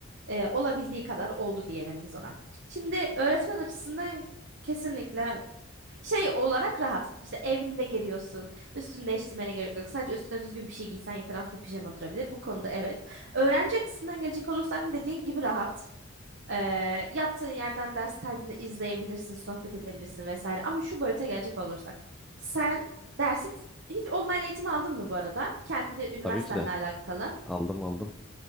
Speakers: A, on the right (about 55°); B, in the centre.
A: e, olabildiği kadar oldu diyelim biz ona. Şimdi öğretmen açısından kesinlikle şey olarak rahat. İşte evinde giriyorsun. Üstünü değiştirmene gerek yok. Sadece üstüne düzgün bir şey giysen yeter altta pijama durabilir. Bu konuda evet. Öğrenci açısından gelecek olursak dediğin gibi rahat. Ee, yaptığın yerden ders kaydını izleyebilirsin, sohbet edebilirsin vesaire. Ama şu boyuta gelecek olursak. Sen dersi hiç online eğitim aldın mı bu arada? Kendi üniversitenle
B: Tabii ki de.
A: alakalı.
B: Aldım aldım.